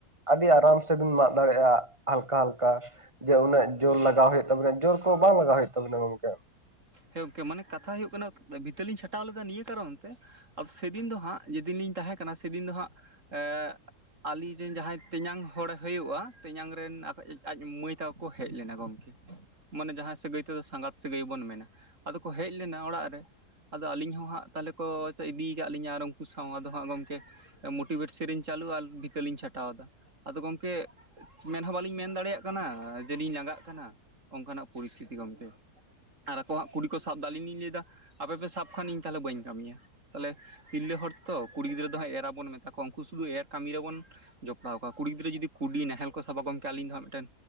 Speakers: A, on the right; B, on the right.
A: ᱟᱹᱰᱤ ᱟᱨᱟᱢ ᱥᱮᱵᱤᱱ ᱢᱟᱜ ᱫᱟᱲᱮᱭᱟᱜᱼᱟ ᱦᱟᱞᱠᱟ ᱦᱟᱞᱠᱟ ᱡᱮ ᱩᱱᱟᱹᱜ ᱡᱳᱨ ᱞᱟᱜᱟᱣ ᱦᱩᱭᱩᱜ ᱛᱟᱵᱮᱱᱟ ᱡᱳᱨ ᱠᱚ ᱵᱟᱝ ᱞᱟᱜᱟᱣ ᱦᱩᱭᱩᱜ ᱛᱟᱵᱤᱱᱟ ᱜᱚᱢᱠᱮ
B: ᱦᱮᱸ ᱜᱚᱝᱠᱮ ᱢᱟᱱᱮ ᱠᱟᱛᱷᱟ ᱦᱩᱭᱩᱜ ᱠᱟᱱᱟ ᱵᱷᱤᱛᱟᱹ ᱞᱤᱧ ᱪᱷᱟᱴᱟᱣ ᱞᱮᱫᱟ ᱱᱤᱭᱟᱹ ᱠᱟᱨᱚᱱ ᱛᱮ ᱟ ᱥᱮᱫᱤᱱ ᱫᱚ ᱦᱟᱸᱜ ᱡᱮᱫᱤᱱ ᱞᱤᱧ ᱛᱟᱦᱮᱸ ᱠᱟᱱᱟ ᱥᱮᱫᱤᱱ ᱫᱚ ᱦᱟᱸᱜ ᱮ ᱟᱞᱤᱧᱨᱮᱱ ᱡᱟᱦᱟᱸᱭ ᱛᱮᱧᱟᱝ ᱦᱚᱲᱮ ᱦᱩᱭᱩᱜᱼᱟ ᱛᱮᱧᱟᱝ ᱨᱮᱱ ᱟᱡ ᱢᱟᱹᱭ ᱛᱟᱠᱚ ᱠᱚ ᱦᱮᱡ ᱞᱮᱱᱟ ᱜᱚᱝᱠᱮ ᱢᱟᱱᱮ ᱡᱟᱦᱟᱸᱭ ᱥᱟᱹᱜᱟᱹᱭ ᱛᱮᱫᱚ ᱥᱟᱸᱜᱟᱛ ᱥᱮᱜᱟᱹᱭ ᱵᱚᱱ ᱢᱮᱱᱟ ᱟᱫᱚ ᱠᱚ ᱦᱮᱡ ᱞᱮᱱᱟ ᱚᱲᱟᱜ ᱨᱮ ᱟᱫᱚ ᱟᱹᱞᱤᱧ ᱦᱚᱸ ᱦᱟᱸᱜ ᱛᱟᱦᱚᱞᱮ ᱠᱚ ᱤᱫᱤ ᱠᱟᱫ ᱞᱤᱧᱟ ᱟᱨ ᱩᱱᱠᱩ ᱥᱟᱶ ᱟᱫᱚ ᱦᱟᱸᱜ ᱜᱚᱝᱠᱮ ᱢᱳᱴᱤᱵᱷᱮᱴ ᱥᱮᱨᱮᱧ ᱪᱟᱹᱞᱩ ᱟᱨ ᱵᱷᱤᱛᱟᱹᱞᱤᱧ ᱪᱷᱟᱴᱟᱣᱫᱟ ᱟᱫᱚ ᱜᱚᱢᱠᱮ ᱢᱮᱱᱦᱚᱸ ᱵᱟᱞᱤᱧ ᱢᱮᱱ ᱫᱟᱲᱮᱭᱟᱜ ᱠᱟᱱᱟ ᱡᱮᱞᱤᱧ ᱞᱟᱸᱜᱟᱜ ᱠᱟᱱᱟ ᱚᱱᱠᱟᱱᱟᱜ ᱯᱚᱨᱤᱥᱛᱷᱤᱛᱤ ᱜᱚᱝᱠᱮ ᱟᱨ ᱟᱠᱚ ᱦᱟᱸᱜ ᱠᱩᱰᱤ ᱠᱚ ᱥᱟᱵ ᱫᱟ ᱟᱞᱤᱧ ᱞᱤᱧ ᱞᱟᱹᱭᱮᱫᱟ ᱟᱯᱮᱯᱮ ᱥᱟᱵ ᱠᱷᱟᱱ ᱤᱧ ᱛᱟᱦᱚᱞᱮ ᱵᱟᱹᱧ ᱠᱟᱹᱢᱤᱭᱟ ᱛᱟᱦᱞᱮ ᱛᱤᱨᱞᱟᱹ ᱦᱚᱲ ᱛᱚ ᱠᱩᱲᱤ ᱜᱤᱫᱽᱨᱟᱹ ᱫᱚ ᱦᱟᱸᱜ ᱮᱨᱟᱵᱚᱱ ᱢᱮᱛᱟ ᱠᱚᱣᱟ ᱩᱱᱠᱩ ᱥᱩᱫᱷᱩ ᱮᱨ ᱠᱟᱹᱢᱤ ᱨᱮᱵᱚᱱ ᱡᱚᱯᱲᱟᱣ ᱠᱚᱣᱟ ᱠᱩᱲᱤ ᱜᱤᱫᱽᱨᱟᱹ ᱡᱩᱫᱤ ᱠᱩᱰᱤ ᱱᱟᱦᱮᱞ ᱠᱚ ᱥᱟᱵᱟ ᱜᱚᱢᱠᱮ ᱟᱹᱞᱤᱧ ᱫᱚᱟᱸᱜ ᱢᱤᱫᱴᱮᱱ